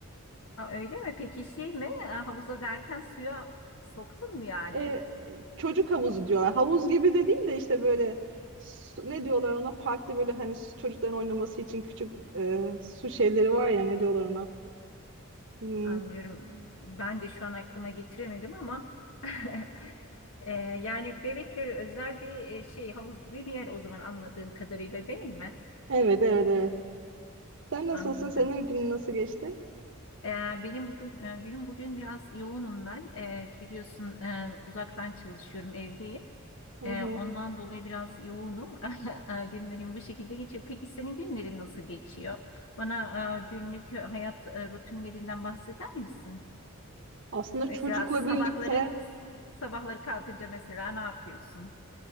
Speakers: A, on the left; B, on the right.
A: Aa, öyle mi? Peki şey mi? Aa, Havuza derken suya soktun mu yani?
B: e, çocuk havuzu diyorlar. Havuz gibi de değil de işte böyle su- ne diyorlar ona parkta böyle hani su- çocukların oynaması için küçük e, su şeyleri var ya ne diyorlar ona. Hmm,
A: Anlıyorum. Ben de şu an aklıma getiremedim ama <laughs> E, yani bebekleri özel bir e, şey havuz gibi bir yer o zaman anladığım kadarıyla değil mi?
B: Evet evet evet. Sen nasılsın?
A: Anladım.
B: Senin günün nasıl geçti?
A: Ee, benim bugün e, günüm bugün biraz yoğunum ben. Ee, biliyorsun e, uzaktan çalışıyorum, evdeyim.
B: Hı
A: Ee,
B: hı.
A: ondan dolayı biraz yoğunum. <laughs> Ee, Günlerim bu şekilde geçiyor. Peki senin günlerin nasıl geçiyor? Bana e, günlük hayat e, rutinlerinden bahseder misin?
B: Aslında
A: Mesela
B: çocukla
A: sabahları
B: birlikte
A: sabahları kalkınca mesela ne yapıyorsun?